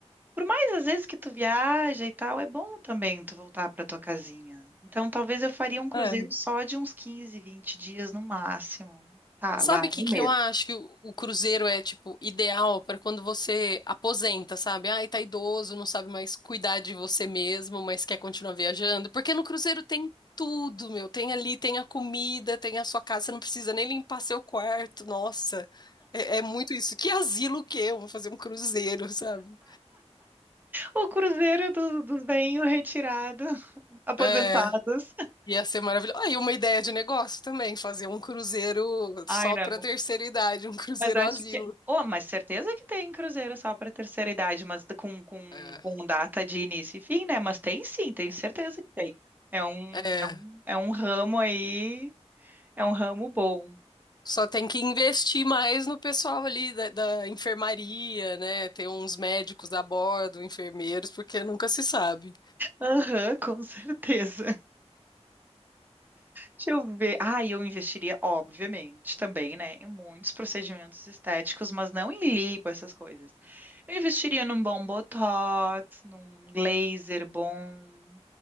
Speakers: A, on the right (about 15°); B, on the left (about 40°).
A: Por mais às vezes que tu viaja e tal, é bom também tu voltar para tua casinha. Então, talvez eu faria um cruzeiro
B: É,
A: só de uns 15, 20 dias no máximo. Tá,
B: Sabe
A: vai,
B: o que
A: um
B: que
A: mês.
B: eu acho que o, o cruzeiro é, tipo, ideal para quando você aposenta, sabe? Ai, tá idoso, não sabe mais cuidar de você mesmo, mas quer continuar viajando. Porque no cruzeiro tem tudo, meu. Tem ali, tem a comida, tem a sua casa, você não precisa nem limpar seu quarto. Nossa, é, é muito isso. Que asilo que eu vou fazer um cruzeiro, sabe?
A: O cruzeiro do- dos bem retirados, <laughs> aposentados.
B: É, ia ser maravilhoso. Aí, uma ideia de negócio também, fazer um cruzeiro
A: Ai,
B: só
A: não.
B: para terceira idade, um cruzeiro
A: Mas acho
B: asilo.
A: que. Oh, mas certeza que tem cruzeiro só para terceira idade, mas com, com,
B: É.
A: com data de início e fim, né? Mas tem sim, tenho certeza que tem. É um,
B: É.
A: é um, é um ramo aí, é um ramo bom.
B: Só tem que investir mais no pessoal ali da, da enfermaria, né? Ter uns médicos a bordo, enfermeiros, porque nunca se sabe.
A: Aham, com certeza. Deixa eu ver. Ah, eu investiria, obviamente, também, né, em muitos procedimentos estéticos, mas não em lipo, essas coisas. Eu investiria num bom botox, num laser bom.